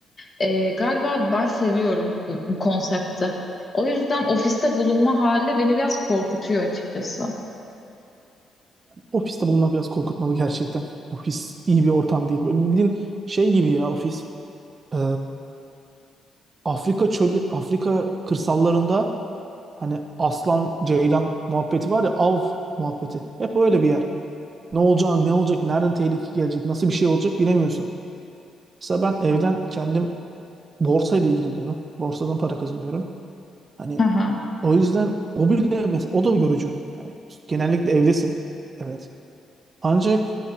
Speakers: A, on the left; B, on the right.
A: e, galiba ben seviyorum bu, bu konsepti. O yüzden ofiste bulunma hali beni biraz korkutuyor açıkçası.
B: Ofiste bulunmak biraz korkutmalı gerçekten. Ofis iyi bir ortam değil. Böyle bildiğin şey gibi ya ofis. Ee, Afrika çölü, Afrika kırsallarında hani aslan, ceylan muhabbeti var ya av muhabbeti. Hep öyle bir yer. Ne olacağını, ne olacak, nereden tehlike gelecek, nasıl bir şey olacak bilemiyorsun. Mesela ben evden kendim borsa ile ilgileniyorum. Borsadan para kazanıyorum. Hani
A: Hı hı.
B: o yüzden o bile mesela o da yorucu. Yani genellikle evdesin. Evet. Ancak